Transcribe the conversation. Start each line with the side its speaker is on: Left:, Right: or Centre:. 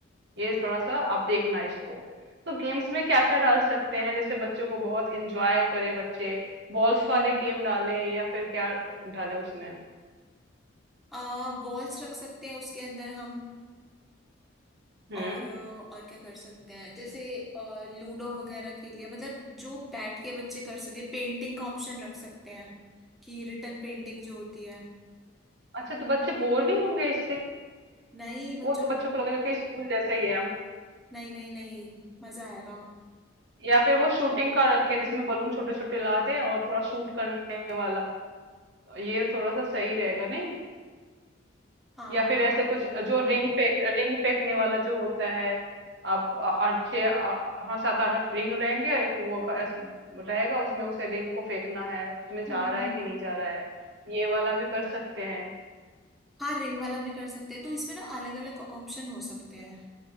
Right: ये थोड़ा सा आप देखना इसको तो गेम्स में क्या क्या डाल सकते हैं जैसे बच्चों को बहुत इंजॉय करे बच्चे बॉल्स
Centre: हम्म
Right: वाले गेम डालें या फिर क्या डालें उसमें
Centre: आ बॉल्स रख सकते हैं उसके अंदर हम
Right: हम्म
Centre: और अ, और क्या कर सकते हैं जैसे लूडो वगैरह खेल लिया मतलब जो बैठ के बच्चे कर सके पेंटिंग का ऑप्शन रख सकते हैं कि रिटर्न पेंटिंग जो होती है
Right: अच्छा तो बच्चे बोर नहीं होंगे इससे
Centre: नहीं बच्चों
Right: वो तो
Centre: को
Right: बच्चों को लगेगा कि स्कूल जैसा ही है
Centre: नहीं नहीं नहीं मजा आएगा
Right: या फिर वो शूटिंग का रखे जिसमें बलून छोटे छोटे ला दें और थोड़ा शूट करने वाला ये थोड़ा सा सही रहेगा नहीं
Centre: हाँ
Right: या
Centre: हाँ
Right: फिर ऐसे
Centre: हाँ
Right: कुछ जो रिंग फेंक रिंग फेंकने वाला जो होता है आप अ- आठ छः अ- हाँ सात आठ आठ रिंग रहेंगे एक वो का- ऐसे रहेगा उसमें उसे रिंग को फेंकना है उसमें जा
Centre: हम्म हम्म
Right: रहा है कि नहीं जा रहा है ये वाला भी कर सकते हैं
Centre: हाँ रिंग वाला भी कर सकते हैं तो इसमें ना अलग अलग ऑप्शन हो सकते हैं